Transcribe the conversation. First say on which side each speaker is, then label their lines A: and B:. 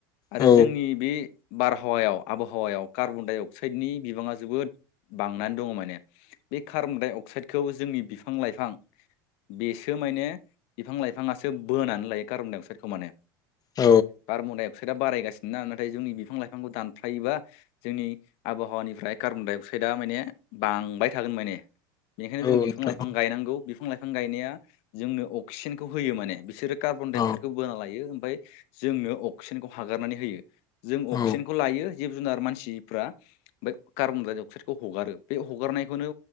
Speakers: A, on the left; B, on the left.
A: आरो
B: औ
A: जोंनि बे बारहावायाव आबहावायाव कार्बन डाइ अक्साइडनि बिबाङा जोबोद बांनानै दङ' माने बे कार्बन डाइ अक्साइदखौ जोंनि बिफां लाइफां बेसो माने बिफां लाइफाङासो बोनानै लायो कार्बन डाइ अक्साइडखौ माने
B: औ
A: कार्बन दाइ अक्साइदा बारायगासिनो ना नाथाय जोंनि बिफां लाइफांखौ दानफ्लायोबा जोंनि आबहावानिफ्राय कार्बन डाइ अक्साइदा माने बांबाय थागोन माने बेनिखायनो
B: औ
A: जों बिफां
B: नोंथां
A: लाइफां गायनांगौ बिफां लाइफां गायनाया जोंनो अक्सिजेनखौ होयो माने बिसोरो कार्बन डाइ
B: औ
A: अक्साइखौ बोना लायो ओमफाय जोंनो अक्सिजेनखौ हागारनानै होयो
B: औ
A: अक्सिजेनखौ लायो जिब जुनार मानसिफ्रा बे कार्बन डाइ अक्साइदखौ हगारो बे हगारनायखौनो